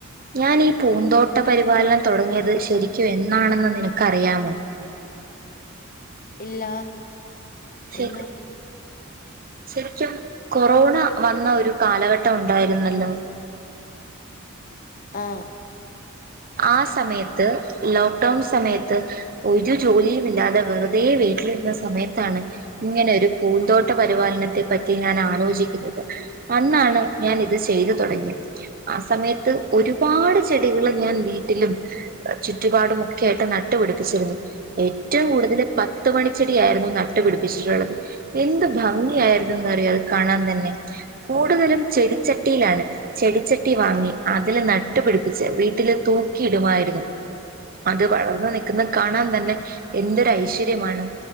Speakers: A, on the right (about 45°); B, on the left (about 40°).
A: ഞാൻ ഈ പൂന്തോട്ട പരിപാലനം തൊടങ്ങിയത് ശരിക്കും എന്നാണെന്ന് നിനക്കറിയാമോ
B: ഇല്ല
A: ശ
B: എന്നാ?
A: ശരിക്കും കൊറോണ വന്ന ഒരു കാലഘട്ടം ഉണ്ടായിരുന്നല്ലോ
B: ആഹ്
A: ആ സമയത്ത് ലോക്ക്ഡൌൺ സമയത്ത് ഒരു ജോലിയും ഇല്ലാതെ വെറുതെ വീട്ടിലിരുന്ന സമയത്താണ് ഇങ്ങനൊരു പൂന്തോ ട്ട പരിപാലനത്തെ പറ്റി ഞാൻ ആലോചിക്കുന്നത് അന്നാണ് ഞാൻ ഇത് ചെയ്തു തുടങ്ങിയത് ആ സമയത്ത് ഒരുപാട് ചെടികള് ഞാൻ വീട്ടിലും ചുറ്റുപാടും ഒക്കെ ആയിട്ട് നട്ടു പിടിപ്പിച്ചിരുന്നു ഏറ്റവും കൂടുതൽ പത്ത് മണി ച്ചെടിയായിരുന്നു നട്ടു പിടിപ്പിച്ചിട്ടുള്ളത് എന്ത് ഭംഗിയായിരുന്നുന്ന്റിയോ അത് കാണാൻ തന്നെ കൂടുതലും ചെടിച്ചട്ടിയിലാണ് ചെടിച്ചട്ടി വാങ്ങി അതില് നട്ടുപിടിപ്പിച്ച വീട്ടില് തൂക്കിയിടുമായിരുന്നു അത് വളർന്നു നിക്കുന്ന കാണാൻ തന്നെ എന്തൊരു ഐശ്വര്യമാണ്